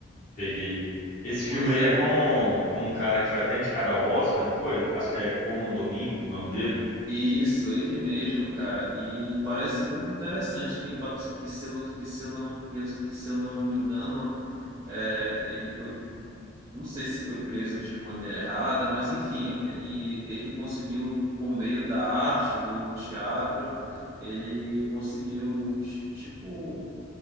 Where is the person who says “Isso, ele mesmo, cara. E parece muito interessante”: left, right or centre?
Right